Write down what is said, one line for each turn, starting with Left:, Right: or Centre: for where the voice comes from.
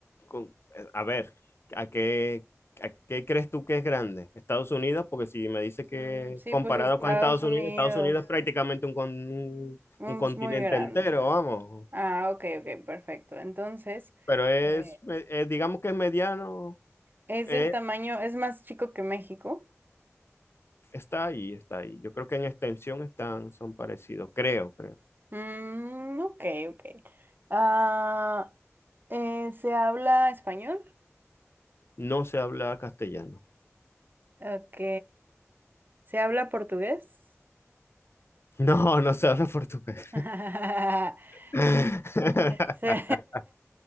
Left: con- eh, a ver, ¿a qué, a qué crees tú que es grande? Estados Unidos, porque si me dices que
Right: Mm, sí,
Left: comparado
Right: pues Estados
Left: con Estados
Right: Unidos
Left: Unidos, Estados Unidos es prácticamente un, con- un,
Right: mm,
Left: un continente
Right: es muy grande.
Left: entero, vamos.
Right: Ah, ok, ok, perfecto. Entonces,
Left: Pero es,
Right: eh,
Left: me- eh, digamos que es mediano,
Right: ¿es
Left: es-
Right: del tamaño, es más chico que México?
Left: está ahí, está ahí. Yo creo que en extensión están, son parecidos, creo, creo.
Right: Mm, ok, ok. Ah, eh, ¿se habla español?
Left: No se habla castellano. <laughs>
Right: Ok. ¿Se habla portugués?
Left: No, no se habla portugués.
Right: <laughs>
Left: <laughs>
Right: Se,